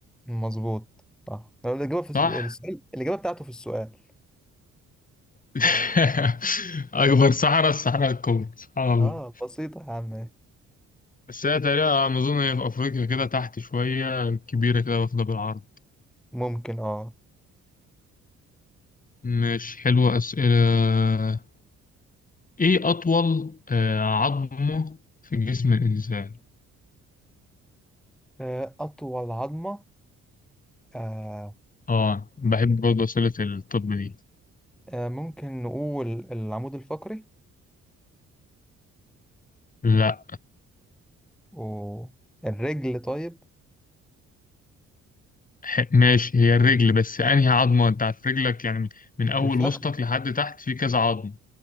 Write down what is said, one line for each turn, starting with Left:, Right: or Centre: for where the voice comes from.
Centre: مظبوط صح لو الاجابة في الس-
Left: صح؟
Centre: السؤال الاجابة بتاعته في السؤال
Left: <laughs> أكبر صحراء الصحراء الكبرى سبحان الله
Centre: اه بسيطة يا عم
Left: بس هي تقريبا على ما أظن هي في أفريقيا كده تحت شوية كبيرة كده واخدة بالعرض
Centre: ممكن اه
Left: مش حلوة أسئلة إيه أطول آه، عظمة في جسم الإنسان؟
Centre: آه، أطول عظمة آه،
Left: آه بحب برضه أسئلة الطب دي
Centre: آه، ممكن نقول العمود الفقري
Left: لا
Centre: والرجل طيب
Left: ح- ماشي هي الرجل بس انهي عظمة انت عارف رجلك يعني من اول
Centre: الفخذ
Left: وسطك لحد تحت في كذا عظم